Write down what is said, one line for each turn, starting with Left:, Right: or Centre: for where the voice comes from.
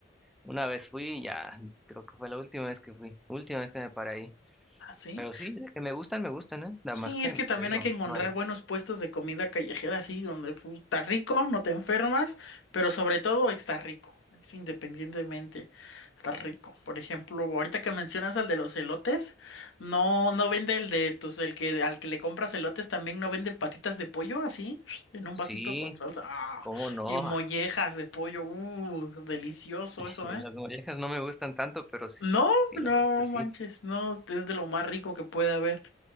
Centre: Una vez fui, y ya, creo que fue la última vez que fui, última vez que me paré ahí.
Left: ¿Ah, sí?
Centre: Pero sí, de que me gustan, me gustan, ¿eh? Nada
Left: Sí,
Centre: más que
Left: es que también
Centre: te digo,
Left: hay que encontrar
Centre: no hay.
Left: buenos puestos de comida callejera, así, donde pu, está rico, no te enfermas, pero sobre todo está rico, eso independientemente, está rico. Por ejemplo, ahorita que mencionas al de los elotes, no, no vende el de tus, el que al que le compras elotes también no vende patitas de pollo, así, en un
Centre: Sí,
Left: vasito con salsa, ah,
Centre: cómo no.
Left: y mollejas de pollo, uh, delicioso
Centre: <laughs>
Left: eso,
Centre: Las
Left: ¿eh?
Centre: mollejas no me gustan tanto, pero sí,
Left: No,
Centre: sí,
Left: no
Centre: las patitas sí.
Left: manches, no, es de lo más rico que puede haber.